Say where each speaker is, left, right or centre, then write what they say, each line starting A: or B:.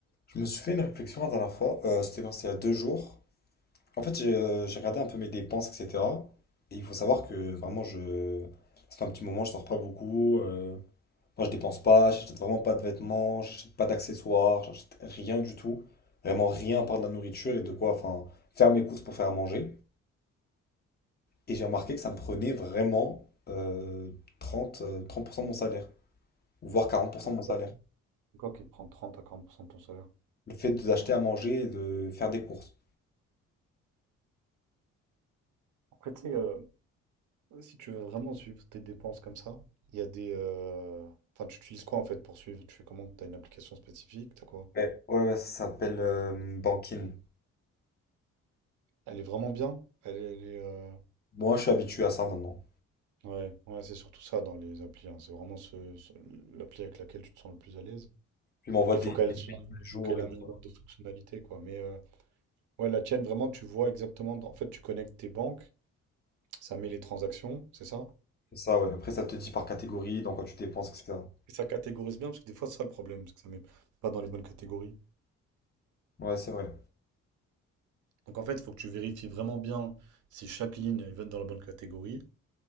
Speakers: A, on the left; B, on the right.
A: Je me suis fait une réflexion la dernière fois, euh, c'était quand c'était il y a deux jours. En fait, j'ai euh, j'ai regardé un peu mes dépenses, etc. Et il faut savoir que vraiment, je... ça fait un petit moment, je sors pas beaucoup. euh, Moi, je dépense pas, j'achète vraiment pas de vêtements, j'achète pas d'accessoires, j'achète rien du tout. Vraiment rien à part de la nourriture et de quoi, enfin, faire mes courses pour faire à manger. Et j'ai remarqué que ça me prenait vraiment euh, trente euh, trente pour cent de mon salaire, ou voire quarante pour
B: Ah,
A: cent
B: C'est
A: de mon salaire.
B: pas n'importe quoi qui te prend 30 à 40% de ton salaire.
A: Le fait d'acheter à manger et de faire des courses.
B: Après, tu sais, euh, si tu veux vraiment suivre tes dépenses comme ça, il y a des. euh, Enfin, tu utilises quoi en fait pour suivre? Tu fais comment? T'as une application spécifique? T'as quoi?
A: Ouais, ouais, ouais, ça s'appelle euh, Bankin.
B: Elle est vraiment bien? Elle est. elle est, euh,
A: Moi, je suis habitué à ça maintenant.
B: Ouais, ouais, c'est surtout ça dans les applis. hein. C'est vraiment ce, ce- l'appli avec laquelle tu te sens le plus à l'aise.
A: Puis il m'envoie
B: Mais il
A: des,
B: faut
A: Ok.
B: qu'elle
A: des
B: soit,
A: mails tous les
B: il
A: jours
B: faut qu'elle ait
A: et
B: un minimum
A: tout.
B: de fonctionnalité, quoi. Mais euh, ouais, la tienne, vraiment, tu vois exactement. En fait, tu connectes tes banques, ça met les transactions, c'est ça?
A: C'est ça, ouais. Après, ça te dit par catégorie, dans quoi tu dépenses, etc.
B: Et ça catégorise bien, parce que des fois, c'est ça le problème, parce que ça met pas dans les bonnes catégories.
A: Ouais, c'est vrai.
B: Donc en fait, il faut que tu vérifies vraiment bien si chaque ligne elle va être dans la bonne catégorie.